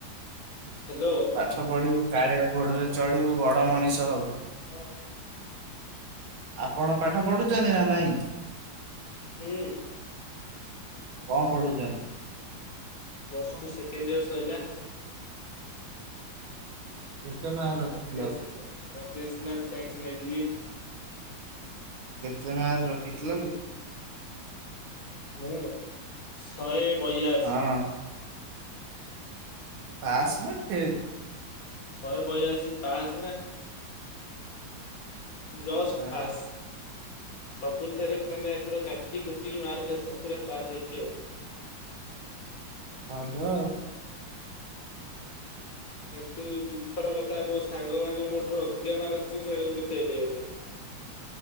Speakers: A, on the left; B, on the right.
A: ହାଲୋ।
B: ପାଠ ପଢିବୁ କାଳିଆ ଘୋଡ଼ାରେ ଚଢିବୁ ବଡ ମଣିଷ ହବୁ।
A: ହଁ।
B: ଆପଣ ପାଠ ପଢୁଛନ୍ତି ନା ନାଇଁ?
A: ହୁଁ।
B: କଣ ପଢୁଚନ୍ତି?
A: ପ୍ଲସ୍ ଟୁ ସେକେଣ୍ଡିୟର ସଇଲା।
B: କେତେ ମାର୍କ ରଖିଥିଲ
A: ପି ଏସ୍ ଭୋକେସ୍ନାଲ ସାଇନ୍ସି ନେଇଥିଲି।
B: କେତେ ମାର୍କ ରଖିଥିଲ କି?
A: ମୁଁ, ଶହେ ବୟାଅଶୀ।
B: ହଁ ପାସ୍ ନା ଫେଲ୍?
A: ଶହେ ବୟାଅଶୀ ପାସ୍ ନା, ଜଷ୍ଟ
B: ଓହୋ
A: ପାସ୍। ସବୁଥିରେ ମାନେ ପୁରା କାଟି କୁଟିକି ମାର୍କ ଆସି ପୁରା ପାସ୍ ହେଇଚି ଆଉ।
B: ଭଲ ଆଉ।
A: ଏତେ ଦୁଃଖର କଥା ମୋ ସାଙ୍ଗମାନେ ମୋ ଠାରୁ ଅଧିକା ମାର୍କ ରଖିଛନ୍ତି ସେମାନେ କିନ୍ତୁ ଫେଲ୍ ହେଇଗଲେ।